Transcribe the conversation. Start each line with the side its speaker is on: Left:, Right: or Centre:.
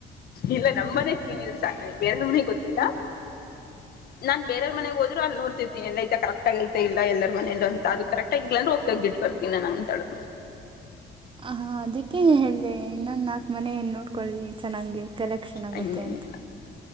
Left: ಇವಾಗ ನಮ್ಮನೆ ಕ್ಲೀನಿದ್ರೆ ಸಾಕು ಬಟ್ ಬೇರೆಯವರ ಮನೆ ಕ್ಲೀನ್ ಇದ್ರೆ ನನಗೆ ಗೊತ್ತಿಲ್ಲ ನನ ಮನೆಗೆ ಹೋದ್ರೆ ಅಲ್ಲಿ ನೋಡ್ತೀನಿ ಎಲ್ಲ ಕರೆಕ್ಟಾಗಿ ಇಲ್ಲ ಎಲ್ಲರ ಮನೆಯಲ್ಲಿ ಕರೆಕ್ಟಾಗಿ ಇಲ್ಲ ಅಂತಾಳು
Right: ಆ ಹಾ ಅದಕ್ಕೆೇ ಹೇಳಿದೆ ಇನ್ನೊಂದ ನಾಕ ಮನೆಯನ್ನು ನೋಡ್ಕೊಳ್ಳಿ ಚೆನ್ನಾಗಿ ಕಲೆಕ್ಷನ್ ಆಗುತ್ತೆ
Left: ಹಂಗೇನಿಲ್ಲ
Right: ಅಂತ